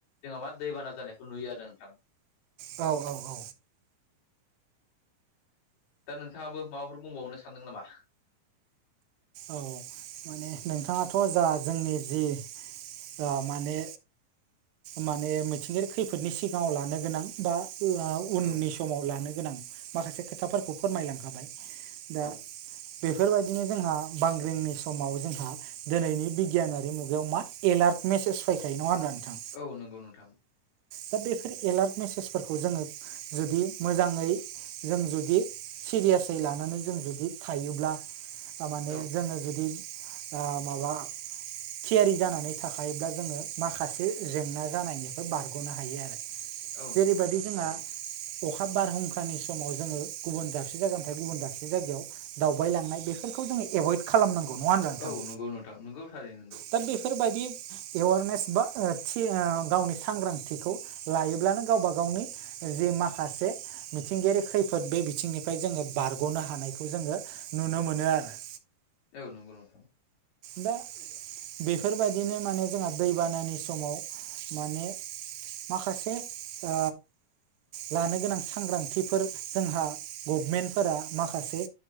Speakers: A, on the left (about 70°); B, on the right (about 80°).
A: जोंहा मा दैबाना जानायखौ नुयो आरो नोंथां।
B: औ औ औ
A: दा नोंथाङाबो माबाफोर बुंबावनो सानदों नामा?
B: औ माने नोंथाङाथ' जा जोंनि जि दंयो माने माने मिथिंगायारि खैफोदनि सिगाङाव लानो गोनां बा उननि
A: औ
B: समाव लानो गोनां माखासे खोथाफोरखौ फोरमायलांखाबाय दा
A: औ
B: बेफोरबायदिनो जोंहा बांग्रिंनि समाव जोंहा दिनैनि बिगियानारि मुगायाव मा एलार्ट मेसेज फैखायो नङा होमब्ला नोंथां?
A: औ नंगौ नोंथां।
B: दा बेफोर एलार्ट मेसेजफोरखौ जोङो जुदि मोजाङै जों जुदि सिरियासै लानानै जों जुदि थायोब्ला माने
A: औ
B: जोङो जुदि ओ माबा थियारि जानानै थाखायोब्ला जोङो माखासे जेंना जानायनिफ्राय बारग' गनो हायो आरो
A: औ
B: जेरैबायदि
A: नंगौ नोंथां
B: जोंहा
A: थारैनो
B: अखा बारहुंखानि समाव जोङो गुबुन दाबसे जायगानिफ्राय गुबुन दाबसे जायगायाव दावबायलांनाय बेफोरखौ जोङो एभइड खालामनांगौ नङा होनब्ला? नोंथां
A: औ नंगौ नोंथां नोंगौ थारै नोंगौ।
B: दा बेफोरबायदि एवारनेस बा थि ओ गावनि सांग्रां थिखौ लायोब्लानो गावबा गावनि जे माखासे मिथिंगायारि खैफोद बे बिथिंनिफ्राय जोङो बारग'नो हानायखौ जोङो नुनो मोनो आरो।
A: औ नंगौ नोंथां।
B: दा बेफोरबायदिनो माने जोंहा दैबानानि समाव माने माखासे ओ लानो गोनां सांग्रांथिफोर जोंहा गभमेन्टफोरा माखासे